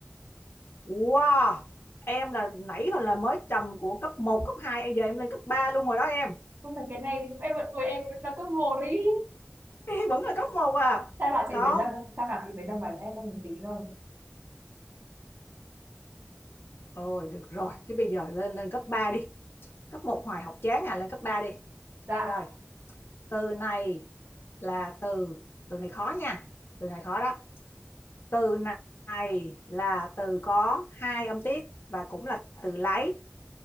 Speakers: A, on the left; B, on the right.
A: wow em là nãy hồi là mới trầm của cấp một cấp hai em giờ em lên cấp 3 luôn rồi đó em
B: không phải cái này em vẫn tuổi em vẫn là cấp một đi <laughs>
A: <laughs> em vẫn là cấp một à
B: chắc là chị
A: không
B: phải nâng chắc là chị phải nâng bài em lên một tí rồi
A: ôi được rồi thế bây giờ lên lên cấp 3 đi cấp một hoài học chán à lên cấp 3 đi
B: dạ
A: rồi từ này là từ từ này khó nha từ này khó đó từ này là từ có hai âm tiết và cũng là từ lấy